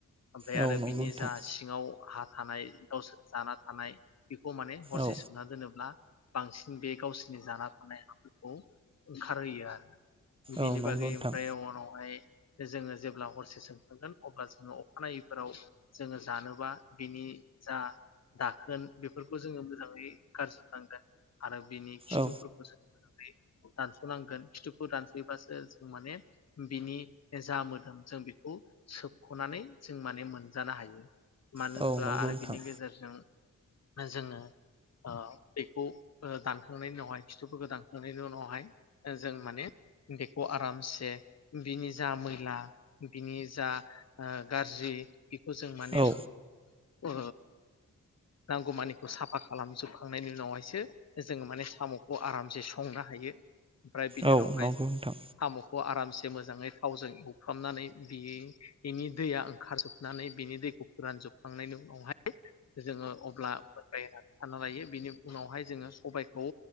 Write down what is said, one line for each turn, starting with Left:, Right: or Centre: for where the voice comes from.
Left: ओमफ्राय
Right: औ
Left: आरो
Right: नंगौ
Left: बिनि
Right: नोंथां
Left: जा सिङाव हा थानाय गावसोर जाना थानाय बेखौ माने हरसे
Right: औ
Left: सोमना दोनोब्ला बांसिन बे गावसिनि जाना थानाय हाफोरखौ ओंखारहोयो आरो। बिनि
Right: औ
Left: बागै
Right: नंगौ नोंथां
Left: ओमफ्राय उनावहाय जोङो जेब्ला हरसे सोमखांगोन अब्ला जोङो अखानायैफोराव जोङो जानोबा बिनि जा दाखोन बेफोरखौ जोङो मोजाङै गारजोबनांगोन। आरो बिनि खिथुफोरखौ
Right: औ
Left: जों दानस'नांगोन खिथुखौ दानस'योबासो जों माने बिनि जा मोदोम जों बेखौ सोबख'नानै जों माने मोनजानो हायो। मानो
Right: औ
Left: होनब्ला
Right: नंगौ
Left: आरो
Right: नोंथां
Left: बिनि गेजेरजों जोङो ओ बेखौ ओ दानखांनायनि उनावहाय खिथुफोरखौ दानखांनायनि उनावहाय ओ जों माने बेखौ आरामसे बिनि जा मैला बिनि जा ओ गाज्रि बेखौ जों माने
Right: औ
Left: ओ नांगौमानिखौ साफा खालामजोबखांनायनि उनावहायसो जोङो माने साम'खौ आरामसे संनो हायो। फ्राय बिनि
Right: औ
Left: उनावहाय
Right: नंगौ
Left: जों
Right: नोंथां
Left: साम'खौ आरामसे मोजांङै थावजों एउफ्रामनानै बि बेनि दैया ओंखारजोबनानै बिनि दैखौ फोरानजोबखांनायनि उनावहाय जोङो अब्ला मोनबाय होननानै सानना लायो बिनि उनावहाय जोङो सबाइखौ